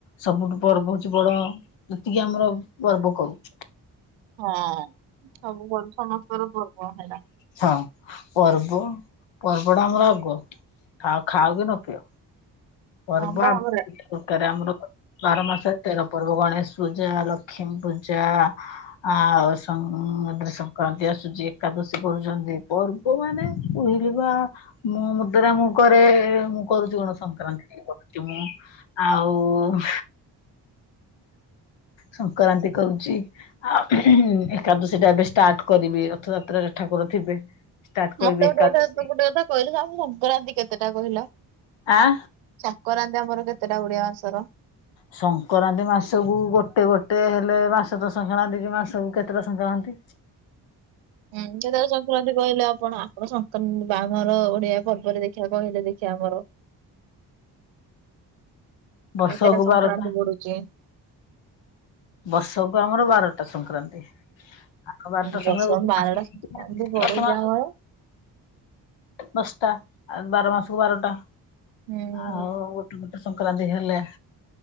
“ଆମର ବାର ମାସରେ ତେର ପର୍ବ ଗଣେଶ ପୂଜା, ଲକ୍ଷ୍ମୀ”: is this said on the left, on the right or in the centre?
Left